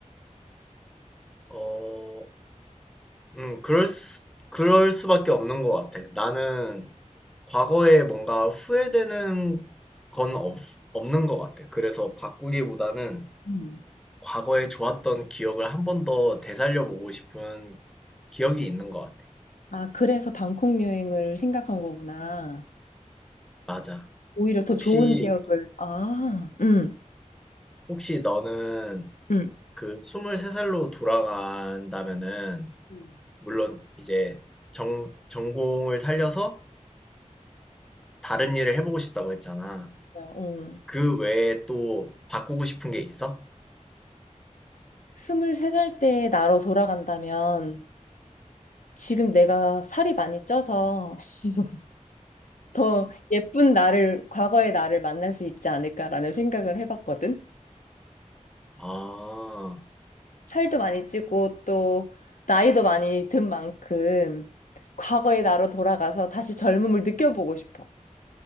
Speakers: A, in the centre; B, on the left.
A: 어, 음, 그럴 수, 그럴 수밖에 없는 것 같아. 나는 과거에 뭔가 후회되는 건 없, 없는 것 같아. 그래서 바꾸기보다는
B: 음.
A: 과거에 좋았던 기억을 한 번 더 되살려보고 싶은 기억이 있는 것 같아.
B: 아, 그래서 방콕 여행을 생각한 거구나.
A: 맞아.
B: 오히려 더
A: 혹시,
B: 좋은 기억을. 아, 응,
A: 혹시 너는
B: 응.
A: 그 23살로 돌아간다면은
B: 음. 음.
A: 물론 이제 정, 전공을 살려서 다른 일을 해보고 싶다고 했잖아.
B: 음. 어.
A: 그 외에 또 바꾸고 싶은 게 있어?
B: 스물세 살 때 나로 돌아간다면 지금 내가 살이 많이 쪄서 <laughs> 더 예쁜 나를, 과거의 나를 만날 수 있지 않을까라는 생각을 해봤거든.
A: 아,
B: 살도 많이 찌고 또 나이도 많이 든 만큼 과거의 나로 돌아가서 다시 젊음을 느껴보고 싶어.